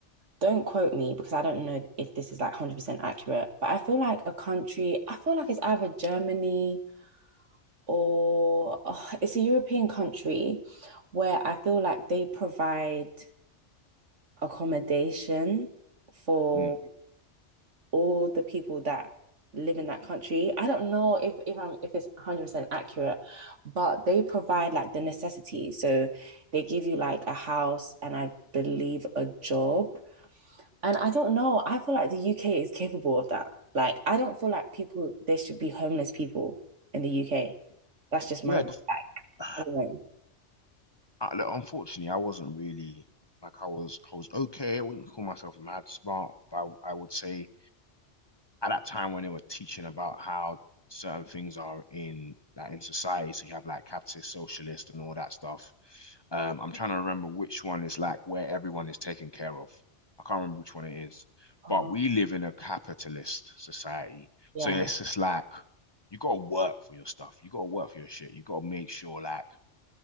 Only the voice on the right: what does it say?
don't quote me because I don't know if this is like 100% accurate, but I feel like a country, I feel like it's either Germany or ugh, it's a European country where I feel like they provide accommodation for
all the people that live in that country. I don't know if if I'm if it's 100% accurate, but they provide like the necessities. So they give you like a house and I believe a job. And I don't know, I feel like the UK is capable of that. Like I don't feel like people there should be homeless people in the UK. That's just
my like,
I don't know.
Oh,
yeah.